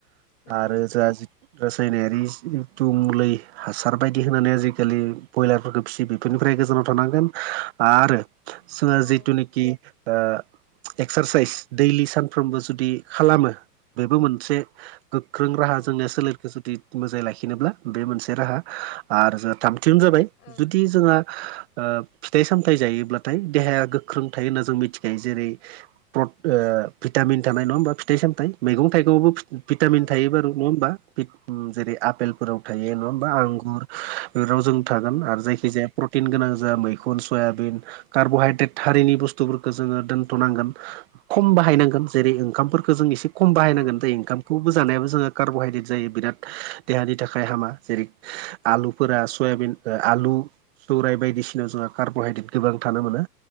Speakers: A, on the left; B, on the right.
A: नंगौ
B: आरो जोंहा रासायनारि एथु मलै हासार बायदि होनानै आजिखालि ब्रयलारफोरखौ फिसिबाय बेफोरनिफ्राय गोजानाव थानांगोन आरो जोंहा
A: औ
B: जिथुनाखि ओ एक्स साइस दैलि सानफ्रामबो जुदि खालामो बेबो मोनसे गोख्रों राहा
A: औ
B: जोंनि सोलेरखौ जुदि मोजाङै लाखिनोब्ला बे मोनसे राहा आरो जोंहा थामथियावनो जाबाय
A: ओं
B: जुदि जोंहा फिथाइ सामथायाइ जायोब्लाथाय देहाया गोख्रों थायो होनना जों मिथिखायो जेरै भिटामिन थानाय नङा होमबा फिथाइ सामथायाइ मैगं थाइगंआवबो भिटामिन
A: औ
B: थायोबार' नङा होमबा जेरै आफपेलफोराव थायो नङा होमबा आंगुर बे राव जों थागोन
A: औ
B: आरो जायखिजाया प्रटिन गोनां जों मैखुन सयाबिन कार्ब'हाइद्रेट थारिनि बुस्थुफोरखौ जोङो दोन्थ'नांगोन खम बाहायनांगोन जेरै ओंखामफोरखौ जों एसे खम बाहायनांगोन
A: औ
B: जाय ओंखाम खौखौबो जानायाबो जोङो कार्ब'हायद्रेट जायो बिराद देहानि थाखाय हामा जेरै आलुफोरा सयाबिन आलु दौराय बायदिसिनााव जोंहा कार्ब'हाइद्रेट गोबां थानो मोनो